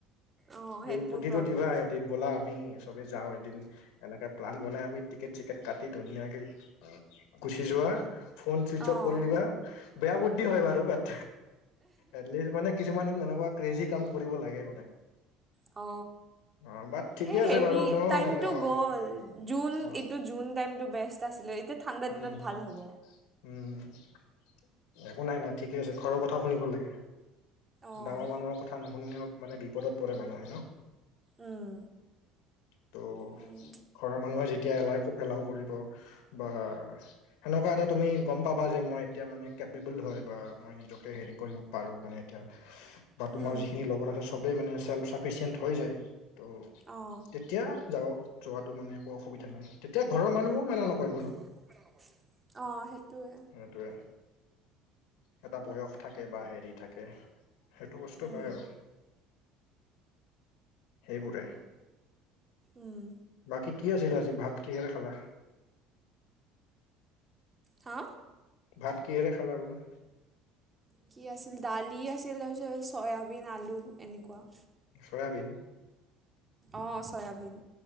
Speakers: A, on the right (about 15°); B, on the left (about 85°).
A: অ' সেইটো
B: এই বুদ্ধিটো
A: প্ৰব্লেম
B: দিবা সিহঁতি ব'লা আমি চবেই যাও এদিন এনেকে প্লান বনাই আমি টিকেট চিকেট কাটি ধুনীয়াকৈ গুচি যোৱা ফোন চুইচ
A: অ'
B: অফ কৰি দিবা বেয়া বুদ্ধি হয় বাৰু বাট এটলিষ্ট মানে কিছুমান এনেকুৱা ক্ৰেজি কাম কৰিব লাগে মানে
A: অ
B: অ বাট ঠিকে
A: এ
B: আছে
A: হেৰি
B: বাৰু ন
A: টাইমতো
B: মানে অ
A: গ'ল জুন
B: অ
A: এইটো জুন টাইমতটো বেষ্ট আছিলে এতিয়া ঠাণ্ডা
B: উম
A: দিনত ভাল হ'ব
B: উম একো নাই নাই ঠিকে আছে ঘৰৰ কথাও শুনিব লাগে
A: অ'
B: ডাঙৰ মানুহৰ কথা নুশুনিল অ মানে বিপদত পৰে মানুহে ন
A: উম,
B: ত'
A: উম,
B: ঘৰৰ মানুহে যেতিয়া এলাই এলাউ কৰিব বা সেনেকুৱা এ তুমি গম পাবা যে মই এতিয়া মান কেবল হয় বা মই নিকে হে কৰিব পাৰো মানে এতিয়া বা তোমাৰ
A: উম,
B: যিখিনি লগত আছে সবেই মানে সেলফ চাফিচিয়েণ্ট হৈ যায় ত'
A: অ'
B: তেতিয়া যাও যোৱাটো মানে একো অসুবিধা নাই তেতিয়া ঘৰৰ মানুহো মনা নকৰিব ন
A: <unintelligible> অঁ সেইটোৱে
B: হেতুয়ে এটা বয়স থাকে বা হেৰি থাকে সেইটো বসষ্টু
A: উম,
B: হয় আৰু সেইবোৰে
A: উম,
B: বাকী কি আছিলে আজি ভাত কিহেৰে খালে
A: হা
B: ভাত কিহেৰে খালা বুলো
A: কি আছিল দালি আছিল তাৰপিছত চয়াবিন আলু এনেকুৱা
B: চয়াবিন
A: অঁ চয়াবিন